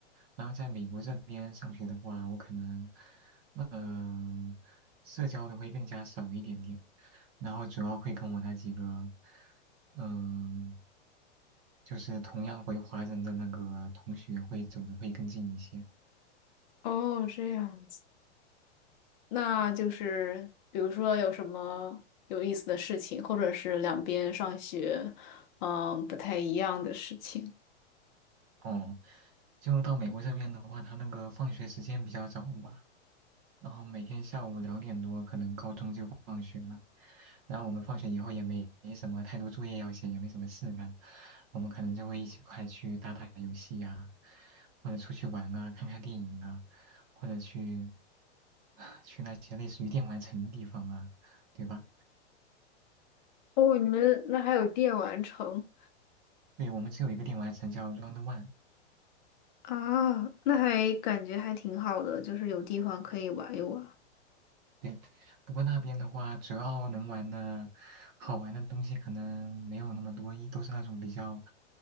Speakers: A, on the right; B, on the left.
A: 然后在美国这边上学的话，我可能，嗯、社交的会更加少一点点。然后主要会跟我那几个，嗯、就是同样回华人的那个同学会走的会更近一些。
B: 哦，这样子，那就是比如说有什么有意思的事情，或者是两边上学嗯不太一样的事情。
A: 哦，就到美国这边的话，他那个放学时间比较早嘛。然后每天下午两点多，可能高中就放学了。然后我们放学以后也没没什么太多作业要写，也没什么事干，我们可能就会一起快去打打游戏呀、或者出去玩啊，看看电影啊，或者去 <laughs> <sighs> 去那些类似于电玩城的地方啊，对吧？
B: 哦，你们那还有电玩城
A: 对，我们只有一个电玩城叫 Round One。
B: 啊？那还感觉还挺好的，就是有地方可以玩一玩。
A: 对，不过那边的话，主要能玩的好玩的东西可能没有那么多，一都是那种比较，